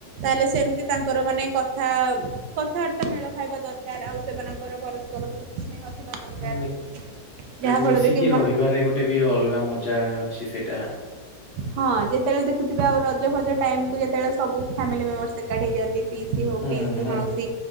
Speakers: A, on the right; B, on the left.
A: ତାହେଲେ ସେମତି ତାଙ୍କର ମାନେ କଥା କଥାବାର୍ତ୍ତା ମେଳ ଖାଇବା ଦରକାର ଆଉ ସେମାନଙ୍କର ପରସ୍ପର ପ୍ରତି ସ୍ନେହ ଥିବା ଦରକାର
B: <unintelligible>
A: ଯାହା ଫଳରେ
B: ମିଶିକି
A: କି ମାନେ
B: ରହିବାରେ ଗୋଟେ ବି ଅଲଗା ମଜା ଅଛି ସେ ଟା
A: ହଁ ଯେତେବେଳେ ଦେଖୁଥିବେ ଆଉ ରଜ ଫଜ ଟାଇମକୁୁ ଯେତେବେଳେ ସବୁ ଫାମିଲି ମେମ୍ବରସ ଏକାଠି ହେଇଯାନ୍ତି ପିଇସି ହଉ
B: ହୁଁ
A: ପିଇସି
B: ହୁଁ
A: ମାଉସି